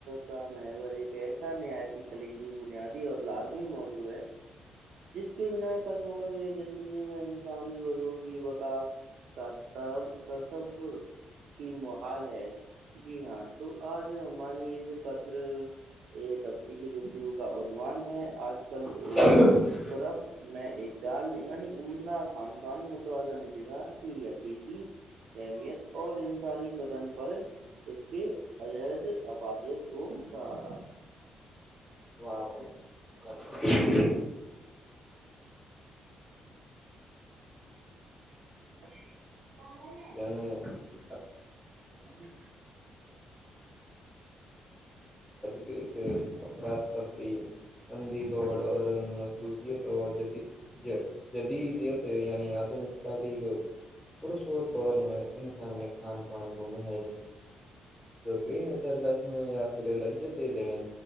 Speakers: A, on the right (about 70°); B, on the left (about 15°).
A: کا موری ایسا نہایت کلیدی بنیادی اور لازمی موضوع ہے جس کے بنا کشم و کشص زندگی میں انسانی بدور کی بکا کا تصور کی محال ہے جی ہاں تو آج ہماری قدر یہ تفصیلی گفتگو کا عنوان ہے آج کل
B: ہاں
A: سوربھ میں اعتدال یعنی عمدہ خان پان متوازہن غزا کی حقیقی اہمیت اور انسانی بدن پر اس کے عجد افادیت کو سہارا
B: واہ بھائی <inaudible>
A: <inaudible>
B: <inaudible>
A: ہاں
B: کے اس اپرھ کا تفری انندھی دوڑ اور مصروفیت اور جد جد دی تو یعنی آدنکتا کی سوور توور میں ان انسامنے کھان پان کو مہیج بے حسر رسم یا پھر لججتے دین